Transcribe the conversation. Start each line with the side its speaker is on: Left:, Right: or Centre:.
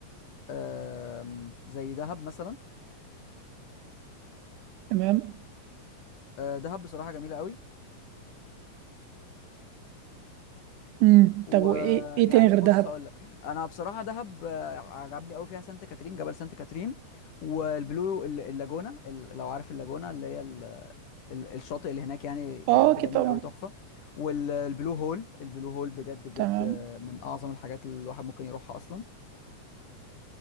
Left: آه زي دهب مثلا
Right: تمام
Left: آه دهب بصراحه جميله قوي
Right: امم
Left: ويعني
Right: طب وايه ايه تاني غير
Left: بص
Right: دهب
Left: هقول لك انا بصراحه دهب آه، عجبني قوي فيها سانت كاترين جبل سانت كاترين والبلو ال- اللاجونه ال- لو عارف اللاجونه اللي هي ال- ال- الشاطئ اللي هناك يعني بجد
Right: اه اكيد
Left: جميل
Right: طبعا
Left: قوي تحفه والبلو هول البلو هول بجد بجد
Right: تمام
Left: آه، من اعظم الحاجات اللي الواحد ممكن يروحها اصلا